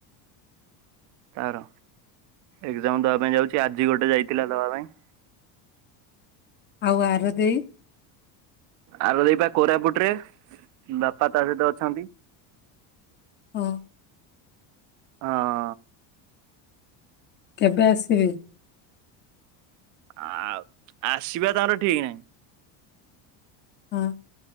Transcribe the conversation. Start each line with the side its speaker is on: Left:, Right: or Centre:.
Right: ତାର ଏକ୍ସାମ ଦବା ପାଇଁ ଯାଉଛି ଆଜି ଗୋଟେ ଯାଇଥିଲା ଦବା ପାଇଁ।
Left: ଆଉ ଆର ଦେଇ।
Right: ଆର ଦେଇ ପା କୋରାପୁଟ ରେ ବାପା ତା ସହିତ ଅଛନ୍ତି।
Left: ହଁ।
Right: ହଁ।
Left: କେବେ ଆସିବେ?
Right: ଆଉ ଆସିବା ତାଙ୍କର ଠିକ ନାହିଁ।
Left: ହଁ।